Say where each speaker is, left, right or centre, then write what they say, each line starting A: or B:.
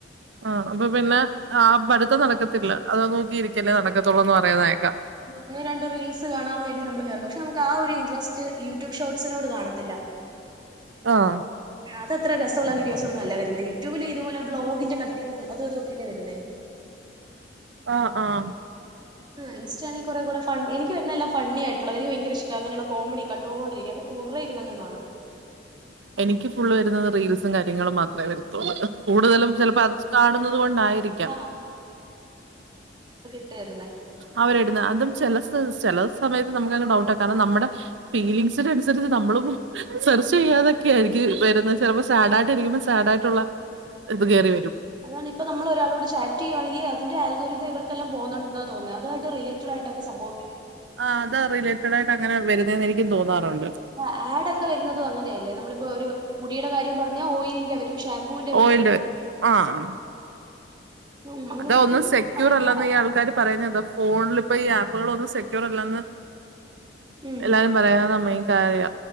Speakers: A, on the right (about 75°); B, on the right (about 25°).
A: ആഹ് അപ്പ പിന്നെ ആഹ് പഠിത്തം നടക്കത്തില്ല അതാ നോക്കിരിക്കലേ നടക്കത്തൊള്ളൂന്ന് പറയുന്നേക്കാ
B: ഒന്നൊ രണ്ടൊ റീൽസ് കാണാന്ന് കെര്തി നമ്മള് കേറും പക്ഷേ ആ ഒര് ഇൻ്റ്രസ്റ്റ് യൂട്യൂബ് ഷോർട്സിനോട് കാണത്തില്ല.
A: ആഹ്
B: ആഹ് അതത്ര രസൊള്ള വീഡിയോസൊന്നു അല്ല വര്ന്നേ യൂട്യൂബില് ഇതുപോലെ ബ്ലോഗിന്റെ കട്ടിങ്ങും അത് ഇതു ക്കല്ലെ വര്ന്നേ
A: ആഹ് ആഹ്..
B: ആഹ് ഇൻസ്റ്റാണെ കൊറെ കൂടെ ഫൺ എനിക് വരുന്നെല്ലാം ഫണ്ണി ആയിട്ടൊള്ള എനിക് ഭയ്ങ്ക്ര ഇഷ്ട അനെള്ള കോമഡി കണ്ടോണ്ടിരികാം അപ കൊറെയിര്ന്നങ് കാണും..
A: എനിക്ക് ഫുള്ള് വര്ന്നത് റീൽസും കാര്യങ്ങളും മാത്രേ വരൂ കൂടുതലും ചെലപ്പോ അത് കാണുന്നത് കൊണ്ടായിരിക്കാം.
B: ആഹ് ട്ടേരുന്നെ..
A: അവരെടുന്നെ അതും ചെല സ് ചേലെ സമയത്ത് നമുക്കങ്ങ് ഡൗട്ടാ കാര്ണം നമ്മടെ. ഫീലിംഗസിനൻസരിച്ച് നമ്മളും സെർച്ചെയ്യാതെ. ക്കെ ആയിരിക്കു വര്ന്നേ ചെലപ്പോ സാഡയിട്ട് ഇരിക്കുമ്പൊ സാഡയിട്ടൊള്ള ഇത് കേറി വരും..
B: അതാണ് ഇപ്പ നമ്മള ഒരാളോട് ചാറ്റെയ്യുവാണെങ്കി അതിന്റെ ആൽകൊരിതം ഇവർക്കെല്ലാം പോന്നൊണ്ടെ തോന്നെ അത്വായിട്ട് റിലേറ്റഡായിട്ടൊക്കെ സംഭൊവം വെ
A: ആഹ് അത റിലേറ്റഡയിട്ട് അങ്ങനെ വര്ന്നേന്ന് എനിക്കും തോന്നാറൊണ്ട്
B: ആഹ് ആഡൊക്കെ വര്ന്നതും അങ്ങനെല്ലേ നമ്മളിപ്പോ ഒര മുടീടെ കാര്യം പർഞ്ഞാ ഓയിൽന്റെ വെരും ഷാമ്പൂന്റെ വെരു
A: ണ്ട് ആഹ്
B: ഉം അങ്ങനത്
A: അതോ ഒന്ന്
B: ഫുൾ
A: സെക്യൂർ
B: കണക്റ്റഡാ.
A: അല്ലന്ന് ഈ ആൾക്കാര് പറയ്ന്നന്താ ഫോൺലിപ്പ ഈ ആപ്പുകളൊന്നും സെക്യൂർ അല്ലന്ന്
B: ഉം
A: എല്ലാരും പറയ്ന്ന മെയ്ൻ കാര്യ